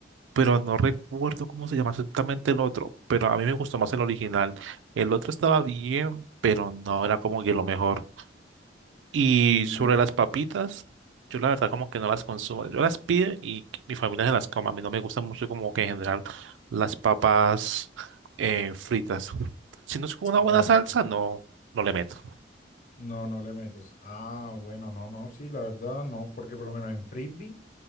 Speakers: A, on the right; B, on the left.
A: pero no recuerdo cómo se llama exactamente el otro. Pero a mí me gustó más el original. El otro estaba bien, pero no era como que lo mejor. Y
B: Mm,
A: sobre las papitas, yo la verdad como que no las consumo. Yo las pido y mi familia se las come. A mí no me gustan mucho como que en general las papas eh, fritas. Si no es con una buena
B: ok.
A: salsa, no, no le meto.
B: No, no le metes. Ah, bueno, no, no, sí, la verdad no, porque por lo menos en frisbee,